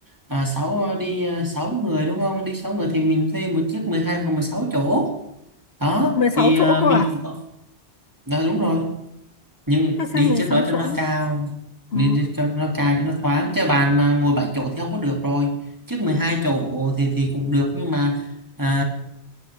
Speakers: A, on the right; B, on the left.
A: à, sáu đi à, sáu người đúng không? Đi sáu người thì mình thuê một chiếc 12 hoặc 16 chỗ. Đó
B: mười sáu
A: thì
B: chỗ
A: à,
B: cơ
A: mình
B: à
A: cũng có- đó đúng rồi nhưng
B: thuê xe
A: đi
B: mười
A: chiếc
B: sáu
A: đó cho
B: chỗ
A: nó cao
B: Ồ.
A: đi, đi cho nó cao cho nó thoáng chứ bàn mà ngồi 7 chỗ thì không có được rồi chiếc 12 chỗ thì thì cũng được nhưng mà à,